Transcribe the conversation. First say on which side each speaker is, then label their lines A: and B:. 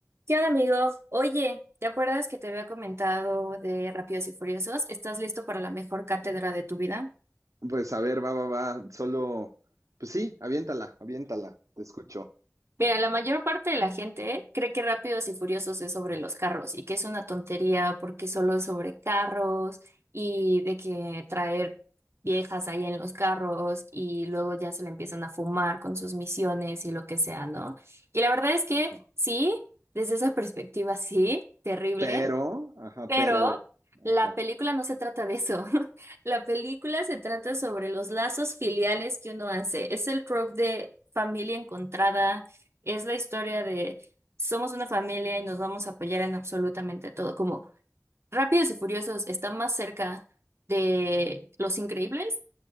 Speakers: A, on the right; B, on the right.
A: ¿Qué onda, amigo? Oye, ¿te acuerdas que te había comentado de Rápidos y Furiosos? ¿Estás listo para la mejor cátedra de tu vida?
B: Pues a ver, va, va, va. Solo, pues sí, aviéntala, aviéntala, te escucho.
A: Mira, la mayor parte de la gente cree que Rápidos y Furiosos es sobre los carros y que es una tontería porque solo es sobre carros y de que traer viejas ahí en los carros y luego ya se le empiezan a fumar con sus misiones y lo que sea, ¿no? Y la verdad es que
B: Ajá.
A: sí, desde esa perspectiva sí, terrible.
B: Pero, ajá,
A: Pero
B: pero,
A: la
B: ajá.
A: película no se trata de eso. <laughs> La película se trata sobre los lazos filiales que uno hace. Es el trope de familia encontrada, es la historia de somos una familia y nos vamos a apoyar en absolutamente todo. Como Rápidos y Furiosos está más cerca de Los Increíbles